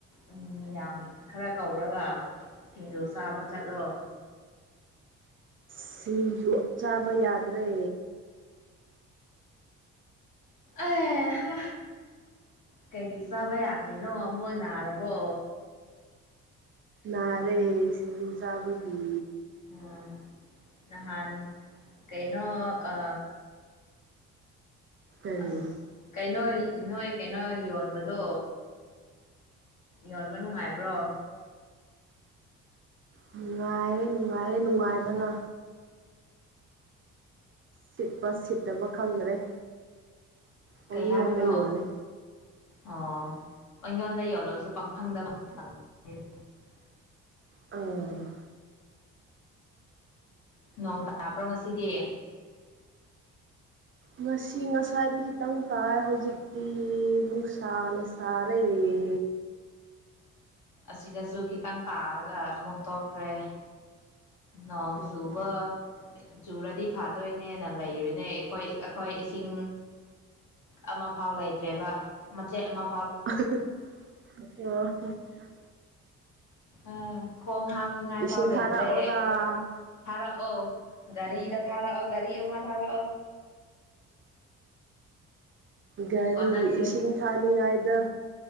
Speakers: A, on the left; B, on the right.
A: ꯎꯝ ꯌꯥꯝ ꯈꯔ ꯀꯧꯔꯒ꯫ ꯁꯤꯡꯖꯨ ꯆꯥꯕ ꯆꯠꯂꯣ꯫
B: ꯁꯤꯡꯖꯨ ꯆꯥꯕ ꯌꯥꯗ꯭ꯔꯦ꯫
A: ꯑꯩ ꯍꯥ ꯀꯩꯒꯤ ꯆꯥꯕ ꯌꯥꯗ꯭ꯔꯤꯅꯣ ꯃꯣꯏ ꯅꯥꯔꯕꯣ꯫
B: ꯅꯥꯔꯦ ꯁꯤꯡꯖꯨ ꯆꯥꯕꯒꯤ꯫
A: ꯑꯣꯝ ꯅꯍꯥꯟ ꯀꯩꯅꯣ ꯑ
B: ꯀꯔꯤ
A: ꯑꯁ ꯀꯩꯅꯣ ꯅꯣꯏ ꯀꯩꯅꯣ ꯌꯣꯟꯕꯗꯣ꯫ ꯌꯣꯟꯕ ꯅꯨꯡꯉꯥꯏꯕ꯭ꯔꯣ꯫
B: ꯅꯨꯡꯉꯥꯏꯔꯦ-ꯅꯨꯡꯉꯥꯏꯔꯦ ꯅꯨꯡꯉꯥꯏꯕꯅ꯫ ꯁꯤꯠꯄ ꯁꯤꯠꯇꯕ ꯈꯪꯗ꯭ꯔꯦ꯫ ꯄꯪꯌꯣꯟꯗ
A: ꯀꯩ ꯍꯥꯏꯕꯅꯣ
B: ꯌꯣꯜꯂꯦ
A: ꯑꯣ꯫ ꯄꯪꯌꯣꯟꯗ ꯌꯣꯜꯂꯣꯁꯨ ꯄꯪꯐꯪꯗ꯫ <unintelligible>
B: ꯑꯝ꯫
A: ꯅꯣꯡ ꯇꯥꯕ꯭ꯔꯣ ꯉꯁꯤꯗꯤ꯫
B: ꯉꯁꯤ ꯉꯁꯥꯏꯗꯤ ꯈꯤꯇꯪ ꯇꯥꯏ ꯍꯧꯖꯤꯛꯇꯤ ꯅꯨꯡꯁꯥꯅ ꯁꯥꯔꯦ꯫ ꯑꯦ꯫
A: ꯑꯁꯤꯗꯁꯨ ꯈꯤꯇꯪ ꯇꯥꯔꯒ ꯑꯃꯨꯛ ꯇꯣꯛꯈ꯭ꯔꯦ꯫ ꯅꯣꯡ
B: ꯎꯝ
A: ꯆꯨꯕ ꯆꯨꯔꯗꯤ ꯐꯥꯗꯣꯏꯅꯦꯅ ꯂꯩꯔꯤꯅꯦ ꯏꯈꯣꯏ ꯑꯈꯣꯏ ꯁꯤꯡ ꯑꯃ ꯐꯥꯎ ꯂꯩꯇ꯭ꯔꯦꯕ ꯃꯆꯦꯠ ꯑꯃ
B: <unintelligible>
A: ꯑ ꯈꯣꯡ ꯍꯥꯝ ꯇꯅꯤꯡꯉꯥꯏ
B: ꯏꯁꯤꯡ
A: ꯐꯥꯎ ꯂꯩꯇ꯭ꯔꯦ
B: ꯊꯥꯔꯛꯑꯣꯔꯥ
A: ꯊꯥꯔꯛꯑꯣ ꯒꯥꯔꯤꯗ ꯊꯥꯔꯛꯑꯣ ꯒꯥꯔꯤ ꯑꯃ ꯊꯥꯔꯛꯑꯣ
B: ꯒꯥꯔꯤ
A: ꯀꯣꯟꯅꯗ꯭ꯔꯦ
B: ꯏꯁꯤꯡ ꯊꯥꯅꯤꯡꯉꯥꯏꯗ